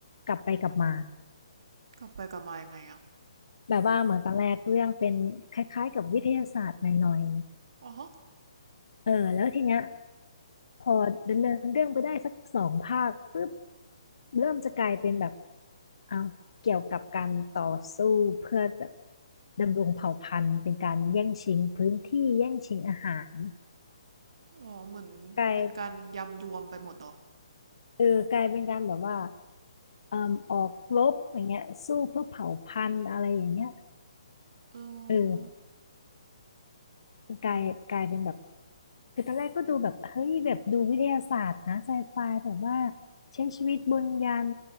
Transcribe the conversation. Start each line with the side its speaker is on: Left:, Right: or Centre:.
Left: กลับไปกลับมา
Right: กลับไปกลับมายังไงอะ
Left: แบบว่าเหมือนตอนแรกเรื่องเป็นคล้ายๆกับวิทยาศาสตร์หน่อย
Right: อ๋อ
Left: ๆเออแล้วทีเนี้ย พอดำเนินเรื่องไปได้สักสองภาคปุ๊บเริ่มจะกลายเป็นแบบเอาวเกี่ยวกับการต่อสู้เพื่อแบบดำรงเผ่าพันธุ์เป็นการแย่งชิงพื้นที่แย่งชิงอาหาร
Right: อ๋อเหมือนเป็นการยำรวมไปหมดหรอ
Left: กลายเออกลายเป็นการแบบว่าเอ่มออกรบอย่างเงี้ยสู้เพื่อเผ่าพันธุ์อะไรอย่างเงี้ย
Right: อ๋อ
Left: เออกลายกลายเป็นแบบ
Right: อ๋อ
Left: คือตอนแรกก็ดูแบบเฮ้ยแบบดูวิทยาศาสตร์นะไซไฟแบบว่าใช้ชีวิตบนยาน